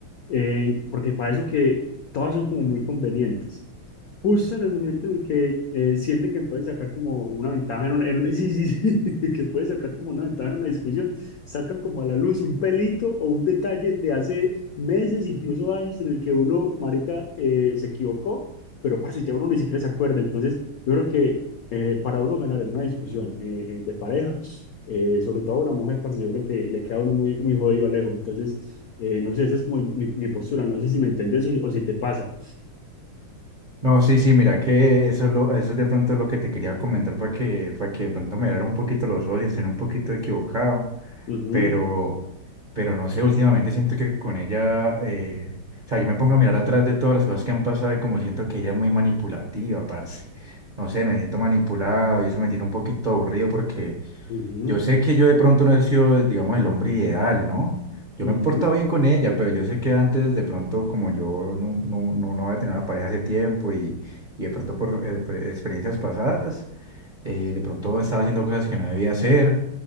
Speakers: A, on the left; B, on the right.
A: Eh, porque para eso que todas son como muy convenientes. Justo en el momento en el que eh, sienten que pueden sacar como una ventaja en una, en una- <laughs> sí, sí, sí, que pueden sacar como una ventaja en una discusión, sacan como a la luz un pelito o un detalle de hace meses, incluso años, en el que uno, marica, eh, se equivocó, pero parce, ya uno ni siquiera se acuerda. Entonces, yo creo que eh, para uno ganar en una discusión eh, eh, de pareja, eh, sobre todo a una mujer, parce, yo creo que le queda a uno muy, muy jodido lejos. Entonces, eh, no sé, esa es como mi, mi postura, no sé si me entiendes o, o si te pasa.
B: No, sí, sí, mira que eso es, lo, eso es de pronto lo que te quería comentar para que, para que de pronto me dieras un poquito los ojos y estén un poquito equivocado,
A: Ujú.
B: pero, pero no sé, últimamente siento que con ella, eh, o sea, yo me pongo a mirar atrás de todas las cosas que han pasado y como siento que ella es muy manipulativa, parce. No sé, me siento manipulado y eso me tiene un poquito aburrido porque
A: Ujú,
B: yo sé que yo de pronto no he sido, digamos, el hombre ideal, ¿no? Yo
A: ujú,
B: me he portado bien con ella, pero yo sé que antes de pronto, como yo no, no, no, no había tenido una pareja hace tiempo y, y de pronto por eh, pre- experiencias pasadas, eh, de pronto estaba haciendo cosas que no debía hacer